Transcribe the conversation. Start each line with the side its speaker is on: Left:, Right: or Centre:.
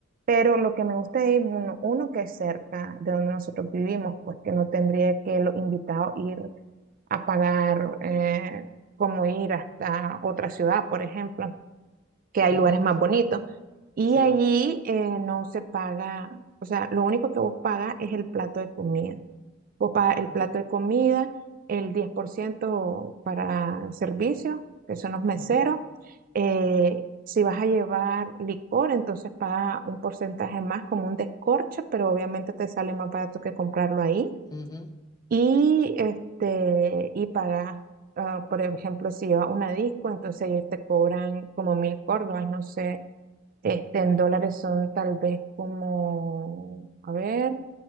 Right: Pero lo que me gusta es ir uno, uno que es cerca de donde nosotros vivimos, pues que no tendría que los invitados ir a pagar eh, como ir hasta otra ciudad, por ejemplo, que hay
Left: Ujú,
Right: lugares más bonitos. Y
Left: Sebo.
Right: allí eh, no se paga, o sea, lo único que vos pagas es el plato de comida o para el plato
Left: Mm,
Right: de comida, el 10% para servicios, que son los meseros.
Left: Ajá,
Right: Eh, si vas a llevar licor, entonces paga un porcentaje más como un descorche, pero obviamente te sale más barato que comprarlo ahí.
Left: ujú,
Right: Y, este, y pagas, ah, por ejemplo, si llevas una disco, entonces ellos te cobran como mil córdobas, no sé, este, en dólares son tal vez como, a ver